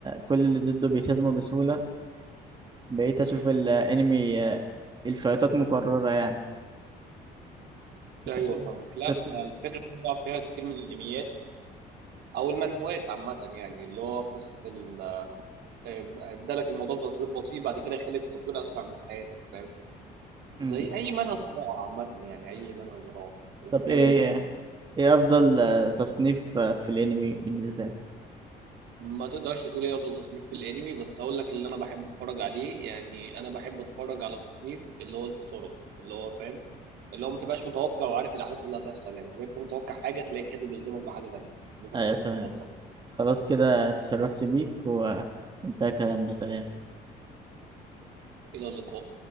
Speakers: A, on the right (about 25°); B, on the right (about 75°).
A: كل اللي ضده بيتهزموا بسهوله بقيت اشوف
B: ايوه
A: الانمي الفايتات مكرره يعني انت
B: ايوه
A: شفت
B: فاهمك لا
A: شفت
B: ما الفكره دي بيلعب فيها كتير من الانميات او المانهوات عامه يعني اللي هو قصه ال ابدا لك الموضوع بتطوير بطيء بعد كده يخلي التطوير اسرع من حياتك فاهم
A: مم.
B: زي اي منهج زراعه عامه يعني اي منهج زراعه وفيها
A: طب ايه
B: دونجون
A: ايه افضل تصنيف في الانمي بالنسبه لك
B: ما تقدرش تقول ايه افضل تصنيف في الانمي بس هقول لك اللي انا بحب اتفرج عليه يعني انا بحب اتفرج على تصنيف اللي هو الاثاره اللي هو فاهم اللي هو ما تبقاش متوقع وعارف الاحداث اللي هتحصل يعني تبقى انت متوقع حاجه تلاقي الكاتب يصدمك بحاجه تانيه ده تصنيفي
A: ايوه تمام
B: المفضل
A: خلاص كده تشرفت بيك وانتهى كلامنا سلام
B: الى اللقاء